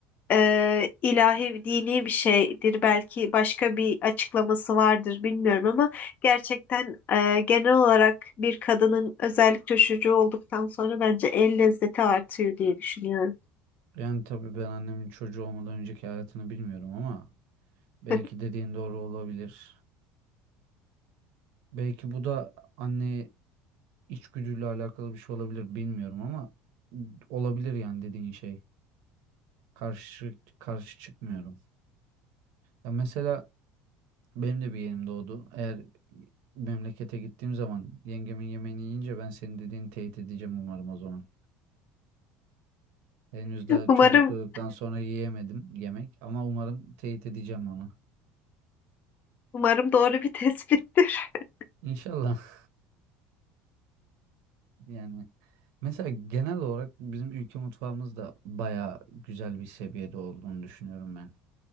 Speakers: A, on the left; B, on the right.
A: e, ilahi dini bir şeydir belki başka bir açıklaması vardır bilmiyorum ama gerçekten e, genel olarak bir kadının özellikle çocuğu olduktan sonra bence el lezzeti artıyor diye düşünüyorum.
B: Yani tabii ben annemin çocuğu olmadan önceki hayatını bilmiyorum ama belki
A: <laughs>
B: dediğin doğru olabilir. Belki bu da anne içgüdüyle alakalı bir şey olabilir bilmiyorum ama olabilir yani dediğin şey. Karşı karşı çıkmıyorum. Ya mesela benim de bir yeğenim doğdu. Eğer memlekete gittiğim zaman yengemin yemeğini yiyince ben senin dediğini teyit edeceğim umarım o zaman. Henüz daha
A: Umarım
B: çocuk doğduktan sonra yiyemedim yemek ama umarım teyit edeceğim onu.
A: umarım doğru bir tespittir. <laughs>
B: İnşallah. Yani mesela genel olarak bizim ülke mutfağımız da baya güzel bir seviyede olduğunu düşünüyorum ben.